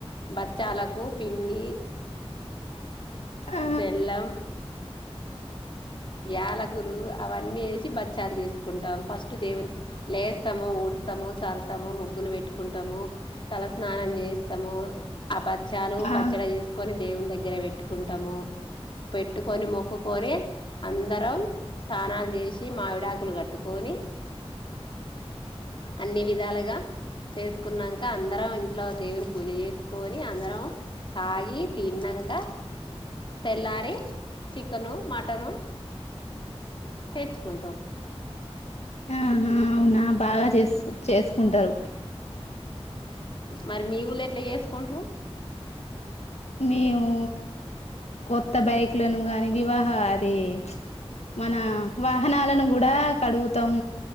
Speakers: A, on the left (about 50°); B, on the left (about 85°).
A: బచ్చాలకు పిన్ ఈ
B: ఆ
A: బెల్లం యాలకులు అవన్నీ వేసి బచ్చాలు చేసుకుంటాము ఫస్ట్ దేవుని లేస్తాము ఊడ్స్తాము చల్తాము ముగ్గులు పెట్టుకుంటాము తలస్నానం చేస్తాము ఆ బచ్చాలు
B: ఆ
A: పచ్చడి చేసుకొని దేవుని దగ్గర గ్రవట్ పెట్టుకుంటాము పెట్టుకొని మొక్కుకొని అందరం స్థానాల చేసి మావిడాకులు కట్టుకొని అన్ని విధాలుగా చేసుకున్నాక అందరం ఇంట్లో దేవుని పూజ చేసుకొని అందరం తాగి తిన్నాక తెల్లారి చి చికెను మ కట్టను తెేచుకుంటోం
B: ఆహ అవునా బాగా చేస్ చేసుకుంటారు
A: మరి మీ ఊళ్ళ ఎట్లా చేసుకుంటారు
B: మేము కొత్త బైక్లను గాని వివాహ అది మన వాహనాలను కూడా కడుగుతాం